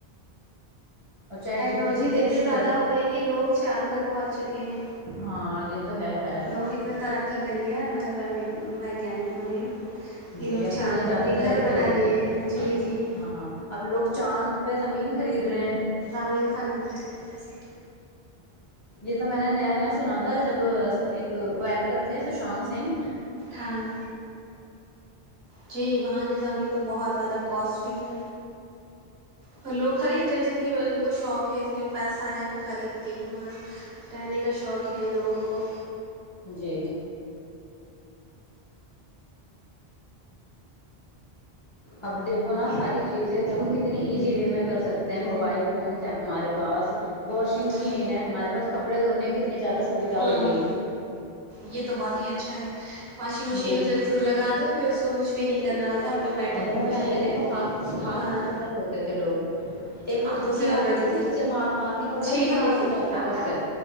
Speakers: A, on the left; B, on the right.
A: چیٹ
B: ٹیکنالوجی
A: جی پی ٹی سے پوچھ
B: تو اتنی زیادہ
A: کر
B: ہو گئی کہ لوگ چاند پر پہنچ چکے ہیں
A: ہاں یہ تو ہے خیر
B: لوگ اتنا ترقی کر ل ہے ہمارے وجان کو نے یہ
A: جی
B: لوگ
A: جب
B: چاند
A: کتنی زیادہ
B: پر بھی
A: ترقی
B: گھر بنا
A: ہو
B: لیے
A: گئی ہے
B: ہیں جی جی
A: ہاں ہاں اب لوگ چاند پ زمین خرید رہے ہیں
B: امیر خرید پچے
A: یہ تو میں نے نیا نیا سنا تھا جب ایک وہ ایککٹر ششانت سنھگ
B: ہاں جی وہاں کی زمین تو بہت زیادہ کوسٹلی ہے پر لوگ خرید رہے ہیں جن کے ج کو شوق ہے جن کے وہ پیسہ ہے وہ خریدتے ہیں وہاں رہنے کا شوق ہے لوگوں کو
A: جی اب دیکھو نا ساری چیزیں تو ہم کتنی ایزی وے میں کر سکتے ہیں موبائل فونس ہمارے پاس واشنگ مشین
B: جی
A: ہے ہمارے پاس کپڑے دھونے کی کتنی زیادہ سویدھا
B: ہوں
A: بن گئی
B: یہ تو بہت ہی اچھا ہے واشنگ
A: ہے
B: مشین
A: جی
B: سے لگا دو پھر اس کچھ بھی نہیں کرنا ہوتا آٹومیٹک
A: ہاں ورنہ
B: وہ مشین
A: پہلے
B: ہے
A: دیکھو ہاتھ ہاتھوں
B: ہاں
A: سے کپڑے دھوتے تھے لوگ ایک
B: ہاتھوں
A: وہ تھپکی
B: سے کپڑے
A: آتی
B: دھلتے
A: تھی اس
B: تھے
A: سے مار مار کے کپڑے
B: جی
A: بھی خراب
B: جی
A: ہو
B: جی
A: جاتے تھے اس سے